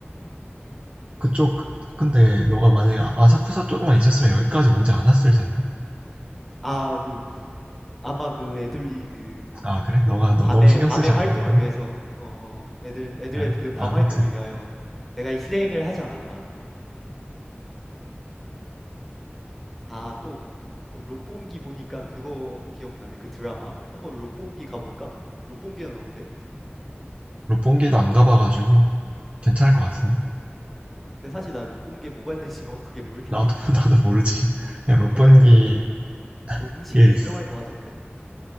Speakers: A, on the right; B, in the centre.
A: 그쪽, 근데 너가 만약에 아- 아사쿠사 쪽에만 있었으면 여기까지 오지 않았을 텐데.
B: 아, 그, 아마 그 애들이 그
A: 아, 그래? 너가 너,
B: 밤에,
A: 너무 신경
B: 밤에
A: 쓰지
B: 활동을
A: 않았거든
B: 위해서, 어, 어, 어. 애들, 애들의
A: 그래.
B: 그 밤
A: 아무튼
B: 활동을 위하여 내가 이 희생을 하지 않았나. 아, 또 어, 롯본기 보니까 그거 기억나네. 그 드라마. 한번 롯본기 가볼까? 롯본기는 어때?
A: 롯본기도 안 가봐가지고 괜찮을 것 같은데.
B: 근데, 근데 사실 나 롯본기에 뭐가 있는지 <laughs> 정확하게 모르긴
A: 나도
B: 해.
A: <laughs> 나도 모르지. 그냥 롯본기
B: 약간 그 음식이
A: 힐스.
B: 유명할 것 같은데